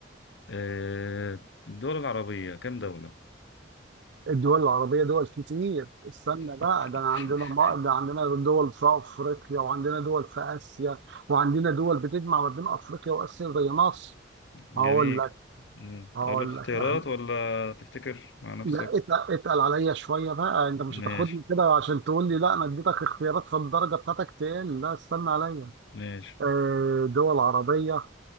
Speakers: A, on the left; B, on the right.
A: آه، الدول العربية كام دولة
B: الدول العربية دول كتير استنى بقى
A: <laughs>
B: ده أنا عندنا ما- ده عندنا دول في أفريقيا وعندنا دول في آسيا وعندنا دول بتجمع ما بين أفريقيا وآسيا زي مصر
A: جميل
B: هقول لك
A: مم.
B: هقول
A: اقول لك اختيارات
B: لك أهل.
A: ولا تفتكر مع نفسك
B: لا اتقل, اتقل عليا شوية بقى أنت مش
A: ماشي
B: هتاخدني كده عشان تقول لي لا أنا اديتك اختيارات فالدرجة بتاعتك تقل لا استنى عليا
A: ماشي
B: آه، دول عربية